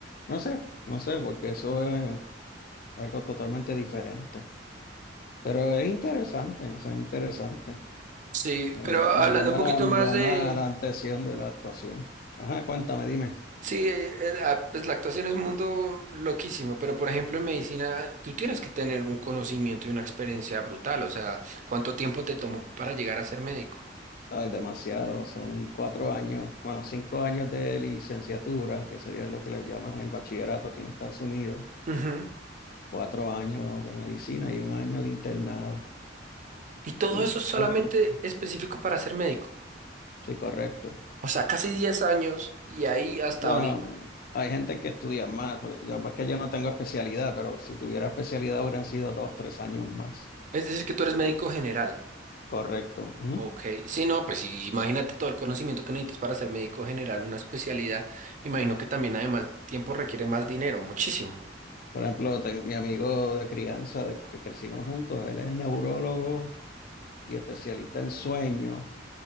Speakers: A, on the left (about 50°); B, on the right (about 45°).
A: no sé, no sé, porque eso es algo totalmente diferente, pero es interesante, o sea, interesante.
B: Sí,
A: Me,
B: pero hablando
A: me llama
B: un poquito
A: la, me
B: más
A: llama
B: de...
A: la atención de la actuación. Ajá, cuéntame, dime.
B: Sí, eh, eh, ah, pues la actuación es un mundo loquísimo, pero por ejemplo en medicina tú tienes que tener un conocimiento y una experiencia brutal, o sea, ¿cuánto tiempo te tomó para llegar a ser médico?
A: Ay, demasiado, son cuatro años, bueno, cinco años de licenciatura, que sería lo que les llaman el bachillerato aquí en Estados Unidos,
B: Ujú.
A: cuatro años de medicina y un año de internado.
B: Y todo
A: Sí,
B: eso es solamente
A: son diez años.
B: específico para ser médico.
A: Sí, correcto.
B: O sea, casi 10 años y ahí hasta
A: Bueno,
B: ahorita.
A: hay gente que estudia más, porque yo, es que yo no tengo especialidad, pero si tuviera especialidad hubieran sido dos, tres años más.
B: Es decir, que tú eres médico general.
A: Correcto. Ujú.
B: Ok. Sí, no, pues sí, imagínate todo el conocimiento que necesitas para ser médico general, una especialidad. Me imagino que también además tiempo requiere más dinero, muchísimo.
A: Por ejemplo, te- mi amigo de crianza, de- que crecimos juntos, él es neurólogo y especialista en sueños.